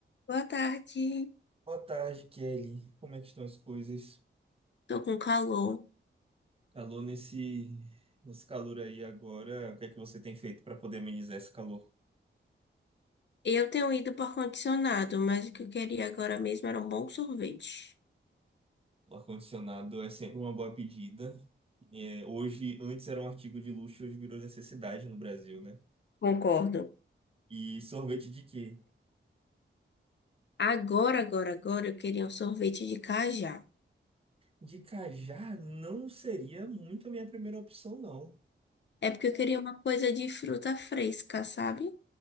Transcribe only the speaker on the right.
Boa tarde, Kelly. Como é que estão as coisas?
Alô, nesse, nesse calor aí agora, o que é que você tem feito para poder amenizar esse calor?
O ar-condicionado é sempre uma boa pedida. É, hoje, antes era um artigo de luxo, hoje virou necessidade no Brasil, né?
E sorvete de quê?
De cajá não seria muito a minha primeira opção, não.